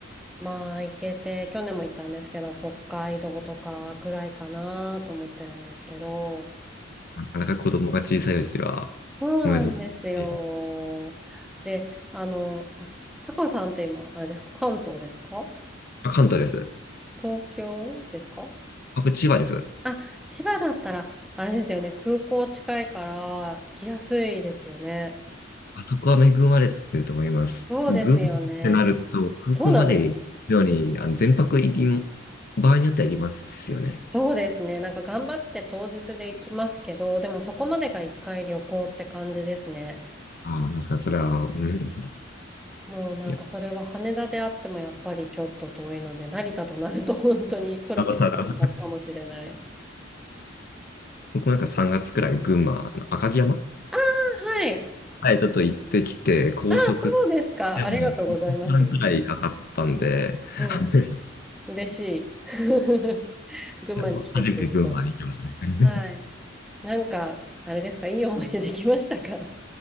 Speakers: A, in the centre; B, on the left (about 50°).
A: まあ、行けて、去年も行ったんですけど、北海道とかくらいかなと思ってるんですけど、
B: なかなか子供が小さいうちは、
A: そうなんですよ。
B: 難しいです。
A: で、あの、あ、タカさんって今、あれですか、関東ですか
B: あ関東です。
A: 東京ですか
B: 僕、千葉です。
A: あ、千葉だったら、あれですよね、空港近いから行きやすいですよね。
B: あそこは恵まれてると思います。
A: そうですよね。
B: 群馬ってなると、空港まで行くように、
A: そうなんですよ。
B: あの、全泊行きも、場合によっては行きますよね。
A: そうですね。なんか頑張って当日で行きますけど、でもそこまでが一回旅行って感じですね。
B: ああ、なんかそれは、うん。
A: もうなんかそれは羽田であってもやっぱりちょっと遠いので、
B: いや、
A: 成田となると <laughs> 本当にそれこそだかもしれない。
B: なおさら。僕もなんか3月くらい群馬、あの赤城山
A: あはい。
B: はい、ちょっと行ってきて、高速
A: あ、そうですか。
B: でも1時間くらいかかったんで、
A: ありがとうございます。うん。
B: <laughs> あの、<laughs>
A: 嬉しい。<laughs> 群馬に来てくれると。
B: あの初めて群馬に行きましたね。<laughs>
A: はい。なんか、あれですか、<laughs> いい思い出できましたか